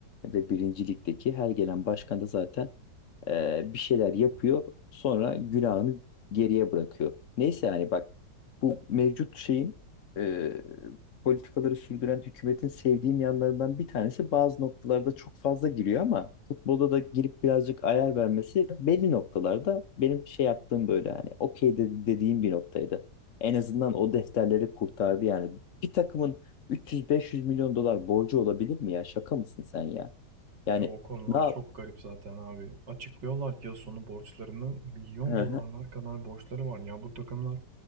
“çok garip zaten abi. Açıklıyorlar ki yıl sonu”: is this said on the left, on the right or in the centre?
Right